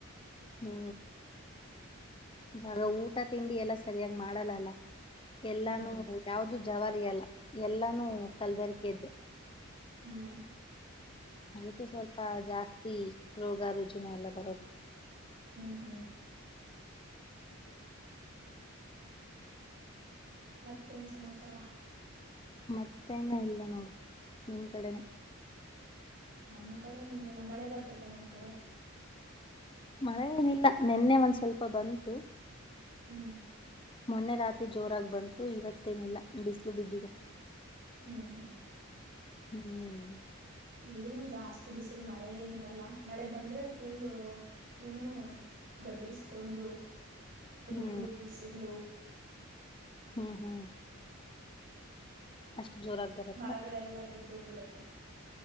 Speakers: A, on the left; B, on the right.
A: ಹ್ಮೂ ಇವಾಗ ಊಟ ತಿಂಡಿ ಎಲ್ಲ ಸರಿಯಾಗ್ ಮಾಡಲ್ಲ ಅಲ್ಲ. ಎಲ್ಲಾನೂ
B: ಹ್ಮ್
A: ಯಾವ್ದು ಜವಾರಿಯಲ್ಲ ಎಲ್ಲಾನು ಕಲ್ಬೆರ್ಕೆಯದ್ದೇ
B: ಹ್ಮ್
A: ಅದಕ್ಕೆ ಸ್ವಲ್ಪ ಜಾಸ್ತಿ ರೋಗ ರುಜಿನ ಎಲ್ಲ ಬರೋದು.
B: ಹ್ಮ್ ಹ್ಮ್ ಮತ್ತೇನ್ ಸಮಾಚಾರ?
A: ಮತ್ತೆನ ಇಲ್ಲ ನೋಡು ನಿನ್ ಕಡೆನೆ
B: ನಮ್ ಕಡೆೇನು ಏನೆಲ್ಲಾ ಮಳೆ ಬರ್ತೈತ ನಿಮ್ ಕಡೆ
A: ಮಳೆ ಏನಿಲ್ಲ ನೆನ್ನೆ ಒಂದ್ ಸ್ವಲ್ಪ ಬಂತು
B: ಹ್ಮ್
A: ಮೊನ್ನೆ ರಾತ್ರಿ ಜೋರಾಗಿ ಬಂತು ಇವತ್ತೇನಿಲ್ಲ ಬಿಸಿಲು ಬಿದ್ದಿದೆ
B: ಹ್ಮ್ ಹ್ಮ್
A: ಹ್ಮ್
B: ಇಲ್ಲಿನೂ ಜಾಸ್ತಿ ಬಿಸಿಲು ಮಳೆ ಏನಿರಲ್ಲ ಮಳೆ ಬಂದ್ರೆ ಫುಲ್ ಏನು ಗದ್ರಸ್ಕೊಂಡು ಪುಲ್
A: ಹ್ಮ್
B: ಗುಡುಗು ಸಿಡ್ಲು
A: ಹ್ಮ್ ಹ್ಮ್ ಅಷ್ಟು ಜೋರಾಗಿ ಬರತ್ತಾ
B: ಮರಗಳೆಲ್ಲಾ ಬಿದ್ದೋಗ್ಬಿಡುತ್ತೆ ತ್ತ